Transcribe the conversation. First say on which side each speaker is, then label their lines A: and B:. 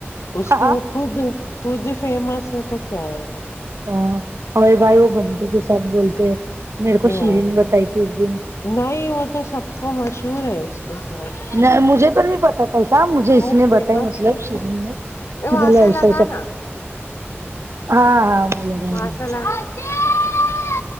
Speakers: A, on the left; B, on the right.
A: اس
B: ہاں
A: تو وہ خود خود فیمس ہے تو کیا ہے ر
B: ہاں ہمے بھائی وہ بنتے تھے ساتھ بولتے میرے کو
A: ہاں
B: شرین بتائی تھی اس دن
A: نہیں وہ تو سب کو مشہور ہے اس کے ساتھ
B: نہیں مجھے تو نہیں پتا تھا ایسا مجھے
A: بہت
B: اس نے
A: فیمس
B: بتائی مطلب
A: ہے وہ
B: ش
A: یہ
B: کہ
A: وہاں
B: بولے
A: سے
B: ایسا
A: لگانا
B: ایسا ہاں ہاں م لگا
A: ماشاء
B: گی
A: اللہ